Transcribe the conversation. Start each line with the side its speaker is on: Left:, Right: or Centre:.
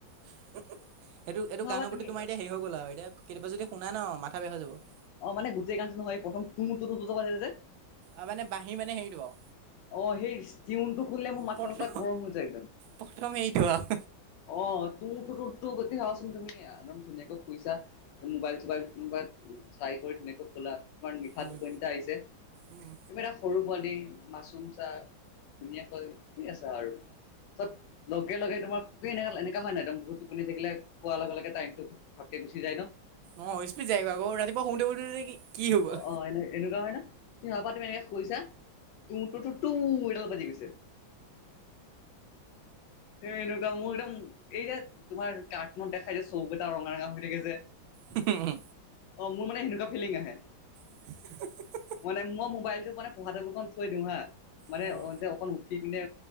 Right: সেইটো এইটো
Left: ভাবা
Right: গানৰ
Left: তুমি
Right: প্ৰতি তোমাৰ এতিয়া হেৰি হৈ গ'ল আও এতিয়া কেতিয়াবা যদি শুনা ন মাথা বেয়া হৈ যাব।
Left: অঁ মানে গোটেই গানটো নহয় প্ৰথম তো তো তো দখ যে-
Right: অঁ মানে বাঁহী মানে হেৰিটো আও।
Left: অঁ, সেই ষ্টিউনটো সুনিলে মোৰ মাথা
Right: প্ৰথম
Left: চাথা গৰম হৈ যায় একদম।
Right: প্ৰথম হেৰিটো আৰু
Left: অঁ তু তু তোৰ গোটেই চাচোন ধুনীয়া, একদম ধুনীয়াকৈ শুইছা। মোবাইল চোবাইল মোবাইল চাই কৰি ধুনীয়াকৈ খোলা তোমাৰ নি- ঠা
Right: উম
Left: টোপনী এটা আহিছে।
Right: উম
Left: কিবা এটা- সৰু পোৱালী মাচুম চাহ ধুনীয়াকৈ শুঁই আছা আৰু। তত লগে লগে তোমাৰ খুবেই এনে এনেকা হয় নাই এদম বহুত টোপনি থাকিলে পোৱাৰ লগে লগে টাইমটো- ভাপকে গুচি যায় ন?
Right: অঁ স্পিত যায়গা আকৌ ৰাতিপুৱা শোওঁতে শুতে কি হৈ গ'ল?
Left: অঁ এনেকে এনেকুৱা হয় না? তো হেয়া পৰা তুমি এনেকে কৈছা তোঁ তোঁ মোৰ তালত বাজি গৈছে। এনেকা মোৰ একদম এই যে- তোমাৰ কাৰটোনত দেখাই যে চকোগেটা ৰঙা ৰঙা হৈ থাকে যে।
Right: হুমহু।
Left: অঁ মোৰ মানে সেনেকুৱা ফিলিং আহে।
Right: এহি হি হি হি।
Left: মানে মই মোবাইলটোক মানে পঢ়া তেবোল খন থৈ দিওঁ হাঁ মানে
Right: উম,
Left: যে অকন উঠ- ঠি পিনে